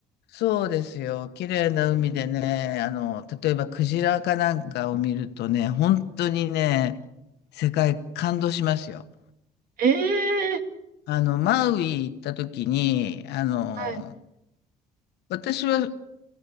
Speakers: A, on the left (about 80°); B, on the right (about 60°).
A: そうですよ。綺麗な海でね、あの、例えばクジラかなんかを見るとね、本当にね、世界感動しますよ。
B: ええー
A: あの、マウイ行った時に、あの、
B: はい、
A: 私は、